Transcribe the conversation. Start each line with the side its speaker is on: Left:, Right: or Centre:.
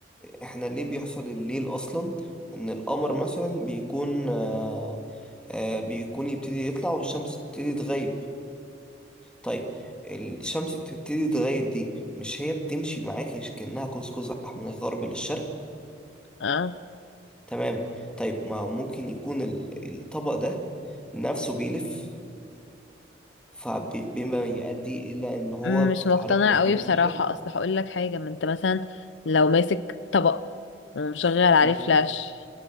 Centre: احنا ليه بيحصل الليل اصلا ان القمر مثلا بيكون آه آه بيكون يبتدي يطلع والشمس تبتدي تغيب طيب الشمس بتبتدي تغيب دي مش هي بتمشي معاكي كأنها قوس قزح من الغرب للشرق
Left: اه
Centre: تمام طيب ما ممكن يكون ال- الطبق ده نفسه بيلف فبما يؤدي إلى إن هو
Left: مش
Centre: بتتحرك
Left: مقتنعة
Centre: من الغرب
Left: قوي بصراحة
Centre: للشرق
Left: اصل هقول لك حاجة ما انت مثلا لو ماسك طبق ومشغل عليه
Centre: مم.
Left: فلاش